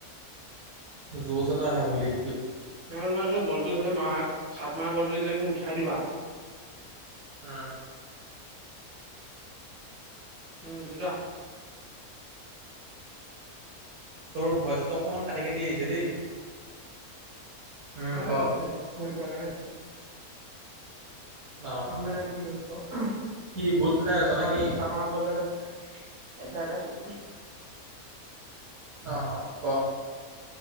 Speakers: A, on the right; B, on the right.
A: যুচ এটা আহে ভলিত
B: তোমাৰ ধ বলটো ম চাপ মৰা বলটো যেতিয়া তুমি উঠাই দিবা
A: হ
B: উম ছৰা
A: তোৰ ভইচটো অকমান কাটি কাটি আহিছে দেই উম,
B: অ ঘূৰি
A: ক।
B: ফোৱাৰ কাৰণো
A: অ',
B: তুমি
A: অ',
B: মানে তুমি ধৰি লোৱা
A: কি বুট
B: চ
A: খাই আছ নে কি?
B: চ মাৰ বল যে এ থাই থছো
A: আহ অ ক